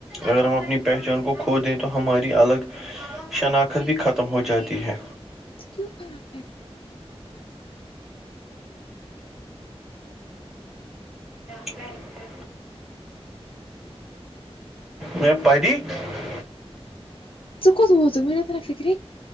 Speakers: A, in the centre; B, on the left.
A: اگر ہم اپنی پہچان کو کھو دیں تو ہماری الگ شناخت بھی ختم ہو جاتی ہے
B: کیوں با <inaudible>
A: <unintelligible> <inaudible> میں پ دیی <unintelligible> ہ <inaudible>
B: کت ہوت میں نےر فکر